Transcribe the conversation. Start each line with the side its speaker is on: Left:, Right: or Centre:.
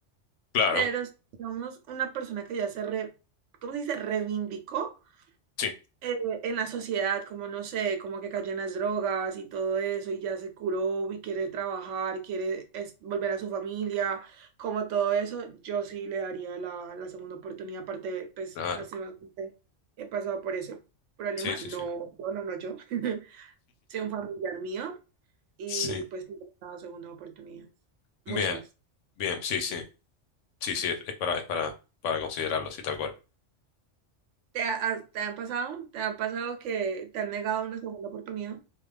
Left: claro,
Right: pero si somos una persona que ya se re, ¿cómo se dice? reivindicó
Left: sí,
Right: eh, en la sociedad, como no sé, como que cayó en las drogas y todo eso, y ya se curó y quiere trabajar, quiere es- volver a su familia, como todo eso, yo sí le daría la, la segunda oportunidad. Aparte, pues,
Left: claro,
Right: lastimosamente, he pasado por ese problema.
Left: sí, sí,
Right: No,
Left: sí.
Right: yo, no, no yo, <laughs> soy un familiar mío y
Left: Sí.
Right: pues sí le he dado segundas oportunidades. Muchas.
Left: Bien. Bien, sí, sí. Sí, sí, es es para, es para, para considerarlo, sí, tal cual.
Right: ¿Te, ha- has- te han pasado? ¿Te han pasado que te han negado una segunda oportunidad?